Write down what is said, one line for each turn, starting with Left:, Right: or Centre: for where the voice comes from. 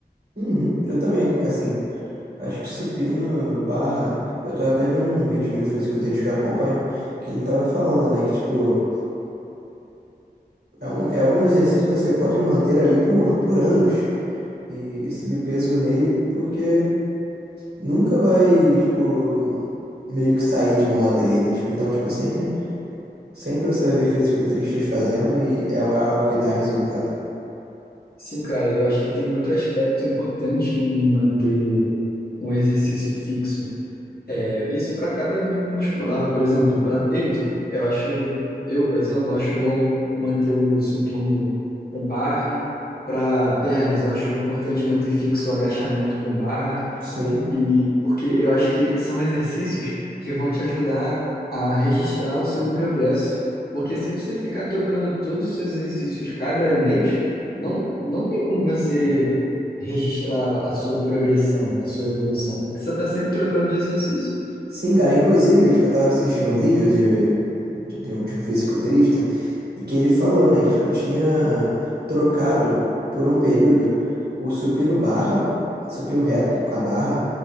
Right: Uhum. Eu também, assim, acho que supino barra. Eu tava até vendo um vídeo de um fisiculturista que eu acompanho, que ele tava falando, né, que, tipo, é um, é um exercício que você pode manter ali por, an- por anos. e, e subir peso nele porque nunca vai, tipo, meio que sair de moda ele. Tipo, então, tipo, sempre, sempre você vai ver fisiculturistas fazendo e é algo que dá resultado.
Left: Sim, cara, e eu acho que tem outro aspecto importante em manter um exercício fixo. É, isso para cada grupo muscular. Por exemplo, para peito, eu acho, eu, por exemplo, acho bom manter o supino com barra. Para pernas, eu acho importante manter fixo o agachamento com barra.
Right: Sim.
Left: E porque eu acho que são exercícios que vão te ajudar a registrar o seu progresso. Porque se você ficar trocando todos os seus exercícios cada mês, não, não tem como você registrar a sua progressão, a sua evolução. Porque você está sempre trocando de exercício.
Right: Sim, cara. Inclusive, tipo, eu tava assistindo um vídeo de, de, um de um fisiculturista E que ele falou, né, que tipo tinha trocado por um período o supino barra, supino reto com a barra,